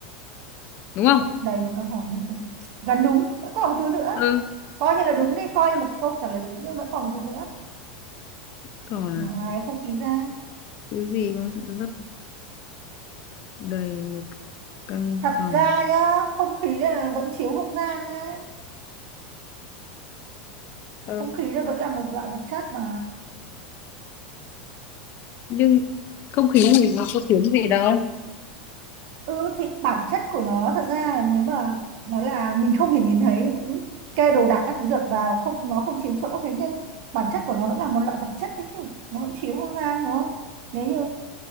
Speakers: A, on the left; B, on the right.
A: đúng không
B: Lấp đầy một căn phòng nhưng không... Gần đúng, vẫn còn một thứ nữa.
A: ừ
B: Coi như là đúng đi, coi như một câu trả lời đúng nhưng vẫn còn một thứ nữa.
A: còn
B: Ngoài
A: à
B: không khí ra.
A: thứ gì cũng sẽ lấp đầy một căn
B: thật
A: phòng
B: ra nhá không khí là vẫn chiếu không gian đấy
A: ừ.
B: không khí là vẫn là một loại vật chất mà
A: nhưng không khí thì nó có tiếng gì đâu
B: ừ thì bản chất của nó thật ra là nếu mà nói là mình không thể nhìn thấy thì cũng kê đồ đạc các thứ được vào không nó không chiếm chỗ thế nhưng bản chất của nó vẫn là một loại vật chất đấy chứ nó vẫn chiếu không gian đúng không nếu như